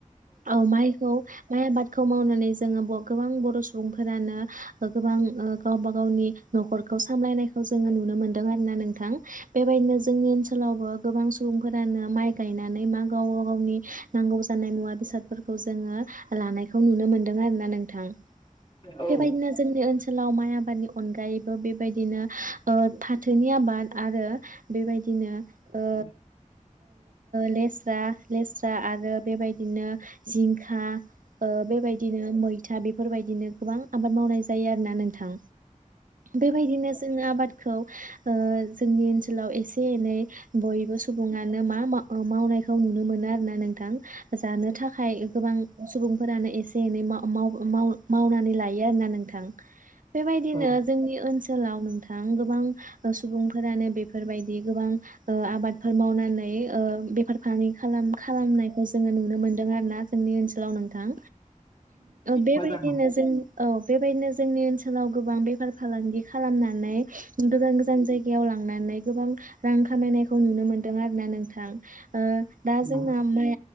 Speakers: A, on the right; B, on the left.
A: औ माइखौ माइ आबादखौ मावनानै जोंङो गोबां बर'। सुबुंफोरानो। गोबां गावबा गावनि नखरखौ सामलायनायखौ जोंङो नुनो मोनदों आरो ना नोंथां। बेबायदिनो जोंनि ओनसोलावबो। गोबां सुबुंफोरानो माइ गायनानै मा गाव गावनि नांगौ जानाय मुवा बेसादफोरखौ जोंङो। लानायखौ नुनो मोनदों आरोना नोंथां
B: औ
A: बेबायदिनो जोंनि ओनसोलाव माइ आबाद। अनगायैबो बेबायदिनो ओ फाथोनि आबाद आरो बेबायदिनो।
B: <inaudible>
A: ओ लेस्रा लेस्रा आरो बेबायदिनो जिंखा। ओ बेबायदिनो मैथा बेफोरबायदिनो गोबां आबाद मावनाय जायो आरो ना नोंथां। बेबायदिनो जोंङो आबादखौ ओ जोंनि ओनसोलाव एसे एनै बयबो सुबुङानो मा मावनायखौ नुनो मोनो आरोना नोंथां जानो थाखाय गोबां सुबुंफोरानो एसे एनै माव माव मावनानै लायो आरोना नोंथां थां बेबायदिनो
B: औ
A: जोंनि ओनसोल ओनसोलाव नोंथां गोबां सुबुंफोरानो बेफोरबायदि गोबां ओ आबादफोर मावनानै ओ बेफार फालांगि खालाम खालामनायखौ जोंङो नुनो मोनदों आरो ना जोंनि ओनसोलाव नोंथां बेबायदिनो
B: मोजां
A: जों औ बेबायदिनो जोंनि ओनसोलाव गोबां बेफार फालांगि खालामनानै गोजान गोजान जायगायाव लांनानै लांनानै गोबां रां खामायनायखौ नुनो मोनदों आरो ना नोंथां ओ दा
B: नोंथां
A: जोंना माइ